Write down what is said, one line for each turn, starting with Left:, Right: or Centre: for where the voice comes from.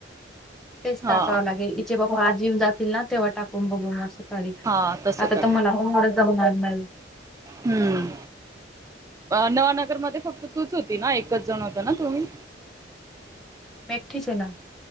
Centre: तेच
Right: हा
Centre: टाकावं लागेल इचे बाबा जीवन जात ततील ना तेव्हाटाकबो म <unintelligible>
Right: हा तसं
Centre: आता
Right: कर
Centre: तर मला <unintelligible> जमणार नाही.
Right: हम्म नवानगरमध्ये फक्त तूच होती ना एकच जण होता ना तुम्ही?
Centre: मी एकटीच हे ना.